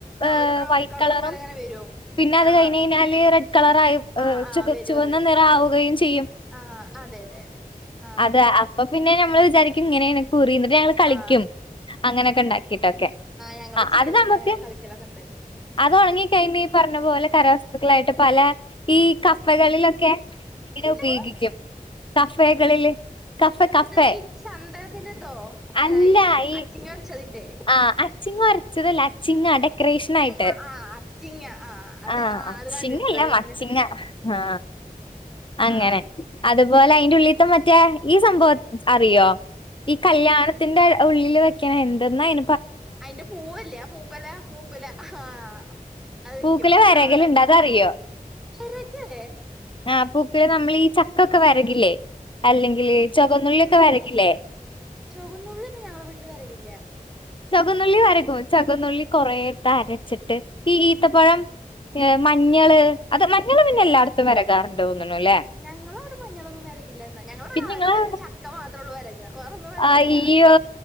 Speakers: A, in the centre; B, on the left.
A: ആ
B: ഏ
A: ഒരു ബ്രൗൺ
B: വൈറ്റ്
A: കളർ
B: കളറും
A: പോലെ അങ്ങനെ വരും
B: പിന്നെ അത്
A: ആ
B: കഴിഞ്ഞ് കഴിഞ്ഞാല് റെഡ് കളറ ആയി
A: ആ ആ
B: ചുവ
A: വരും
B: ചുവന്ന
A: അത്
B: നിറ ആവുകയും ചെയ്യും
A: ആ അതെ അതെ ആ
B: അതെ. അപ്പൊ പിന്നെ നമ്മൾ വിചാരിക്കും ഇങ്ങനേണ് കുറീന്ന് പിന്നെ ഞങ്ങൾ കളിക്കും
A: ആ
B: അങ്ങനെ ഒക്കെ ഉണ്ടാക്കിയിട്ടൊക്കെ
A: ഞങ്ങളും
B: ആ
A: ചെയ്യലുണ്ട്
B: അത് നമുക്ക്
A: അങ്ങനെ കളിക്കലൊക്കെ ഉണ്ട്
B: അത് ഉണങ്ങിക്കഴിഞ് പറഞ്ഞ പോലെ കരവസ്തുക്കളായിട്ട് പല ഈ കപ്പകളിലൊക്കെ ഇതിനെ
A: എന്തിന്
B: ഉപയോഗിക്കും തഫെകളില് കഫ കഫെ
A: ഇത് ഈ ചന്ദനത്തിന്റെതോ അല്ല
B: അല്ലാ ഈ
A: അച്ചിങ്ങ അരച്ചതിന്റെ
B: ആ ചിങ്ങ വരച്ചതല്ല ചിങ്ങാ ഡെക്കറേഷൻ ആയിട്ട്
A: ആ ആ അച്ചിങ്ങ അതെ
B: ആ അച്ചിങ്ങല്ല
A: അത് കണ്ടിട്ടുണ്ട് അത്
B: മ
A: കണ്ടിട്ടുണ്ട്
B: അച്ചിങ്ങ ആ അങ്ങനെ
A: ആ
B: അതുപോലെ അയിന്റെ ഉള്ളിത്ത മറ്റേ ഈ സംഭവം അറിയോ ഈ കല്യാണത്തിന്റെ ഉള്ളിൽ വെക്കണ എന്തെന്നാ അയ്
A: അയിന്റെ പൂവല്ല പൂക്കോല പൂക്കോല ആ അത് വെക്കും
B: പൂക്കുല വെരകലുണ്ട്
A: അവിടെ
B: അതറിയോ
A: വേറെക്കല്ലെ
B: ആ പൂക്കുല നമ്മൾ ഈ ചക്കൊക്കെ വരകില്ലേ അല്ലെങ്കിൽ ചുവന്നുള്ളിൊക്കെ വരകില്ലേ
A: ച്ചോകുന്നുള്ളിന്നും ഞങ്ങളെ വീട്ടില് വരകില്ല
B: ചോകുന്നുള്ളി വരകും ചോകുന്നുള്ളി കൊറയിടുത്ത് അരച്ചിട്ട് ഈ ഈത്തപ്പഴം മഞ്ഞള് അത് മഞ്ഞള് പിന്നെ എല്ലായിടത്തും വരകാറുണ്ട് തോന്നുന്നു അല്ലേ!
A: ഞങ്ങളോട് മഞ്ഞളൊന്നും വരകില്ല എന്നാ ഞങ്ങളോവിടെ
B: പിന്നെ
A: ആകെ
B: നിങ്ങളെ
A: വര ചക്ക മാത്രേ ഉള്ളൂ വരക വേറൊന്നും വരകില്ല
B: അയ്യോ